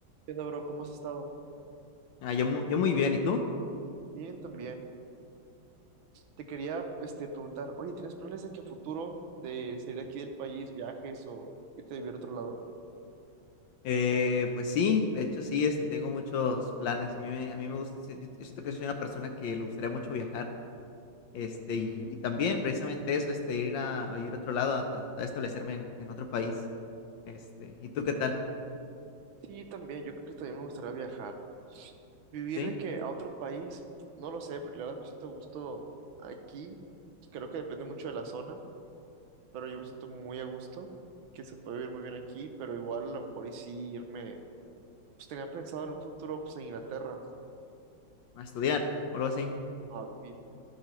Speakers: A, on the right; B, on the left.
A: ¿Qué onda, bro? ¿Cómo has estado?
B: Ah, yo, mu- yo muy bien, ¿y tú?
A: Bien, también. Te quería, este, preguntar, oye, ¿tienes planes de que a futuro de salir aquí del país, viajes o irte a vivir a otro lado?
B: Eh, pues sí, de hecho sí, este, tengo muchos planes. A mí me, a mí me gusta, si, yo yo siento que soy una persona que le gustaría mucho viajar, este, y, y también precisamente eso, este, ir a, a vivir a otro lado, a, tra- tratar de establecerme en, en otro país, este, ¿y tú qué tal?
A: Sí, también. Yo creo que también me gustaría viajar. Vivir
B: ¿Sí?
A: de que a otro país, no lo sé, porque la verdad me siento a gusto aquí. Creo que depende mucho de la zona, pero yo me siento muy a gusto, que se puede vivir muy bien aquí, pero igual a lo mejor y sí irme, pues tenía pensado en un futuro, pues en Inglaterra,
B: ¿A estudiar o algo así?
A: no a vivir.